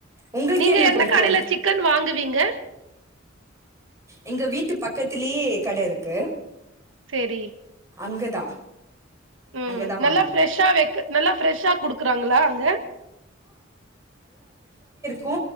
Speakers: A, on the right; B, on the right.
A: உங்களுக்கு
B: நீங்க
A: என்ன
B: எந்த
A: புடிக்கு
B: கடைல சிக்கன் வாங்குவீங்க
A: எங்க வீட்டு பக்கத்திலயே கட இருக்கு
B: சேரி
A: அங்கதா
B: உம்
A: அங்கதா
B: நல்லா
A: வாங்குவோ
B: ஃபிரஷ்ஷா வெக்க நல்லா ஃபிரஷ்ஷா குடுக்கறாங்ளா அங்க
A: கு